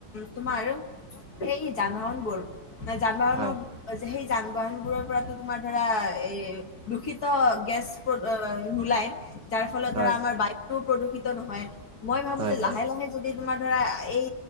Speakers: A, on the left; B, on the right.
A: তোমাৰ সে যান বাহন বোৰ মানে যান বাহনৰ
B: হয়
A: যে সেই যান বাহনবোৰৰ পৰাতো তোমাৰ ধৰা এই দূষিত গেছ বোৰ নোলায় যাৰ ফলত
B: হয়
A: ধৰ
B: হয়
A: আমাৰ বায় প্ৰদূষিত নহয় মই ভাবোঁ
B: হয়
A: যে
B: হয়
A: লাহে, লাহে যদি তোমাৰ ধৰা এই